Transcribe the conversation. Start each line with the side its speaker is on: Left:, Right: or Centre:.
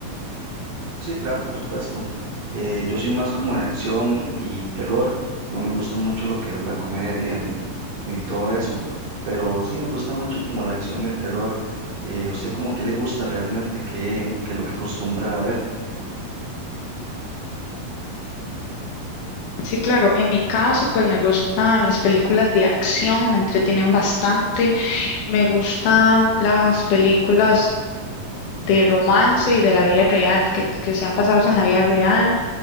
Right: Sí, claro, por supuesto. Eh, yo soy más como de acción y terror. No me gusta mucho lo que es la comedia ni, ni todo eso. Pero sí me gusta mucho como la acción y el terror. Eh, ¿usted como qué le gusta realmente? ¿Qué, qué es lo que acostumbra a ver?
Left: Sí, claro, en mi caso, pues me gustan las películas de acción, me entretienen bastante. Me gustan las películas de romance y de la vida real, que, que sean basadas en la vida real.